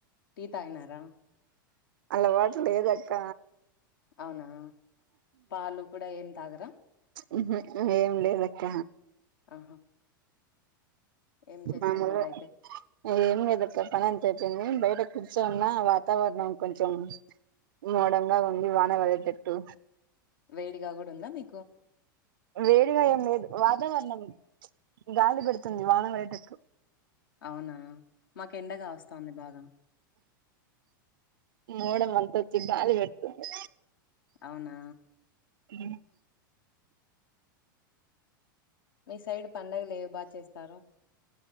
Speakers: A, on the left (about 80°); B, on the right (about 75°).
A: టీ తాయినారా
B: అలవాటు లేదక్క
A: అవునా పాలు కూడా ఏం తాగరా
B: ఉహు ఏం లేదక్క
A: ఆహా ఏం చేస్తున్నారు
B: మామలే
A: అయితే
B: ఏం లేదక్క పనంత ఐపోయింది నేన్ బయట కుచోనున్న వాతావరణం కొంచం మోడంగా ఉంది వాన వడేటట్టు
A: వేడిగా కూడా ఉందా అది
B: వేడిగా ఏం లేదు వాతావరణం గాలి పెడుతుంది వానం పడేటట్టు
A: అవునా మాకు ఎండగా వస్తంది బాగా
B: మోడం అంత వచ్చి గాలి పెడుతుంది
A: అవునా
B: ఊ
A: మీ సైడ్ పండగలేవి బా చేస్తారు